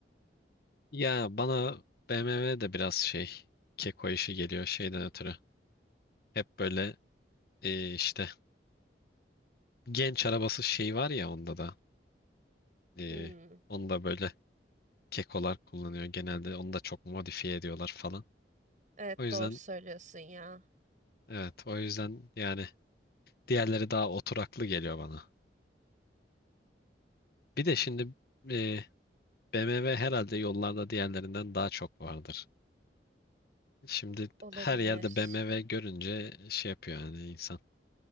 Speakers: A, on the left; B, on the right.
A: Ya bana BMW de biraz şey keko işi geliyor şeyden ötürü. Hep böyle e, işte genç arabası şey var ya onda da e,
B: Hmm,
A: onda böyle kekolar kullanıyor genelde onu da çok modifiye ediyorlar falan.
B: evet
A: O yüzden
B: doğru söylüyorsun ya.
A: evet o yüzden yani diğerleri daha oturaklı geliyor bana. Bir de şimdi e, BMW herhalde yollarda diğerlerinden daha çok vardır. Şimdi
B: Olabilir.
A: her yerde BMW görünce şey yapıyor yani insan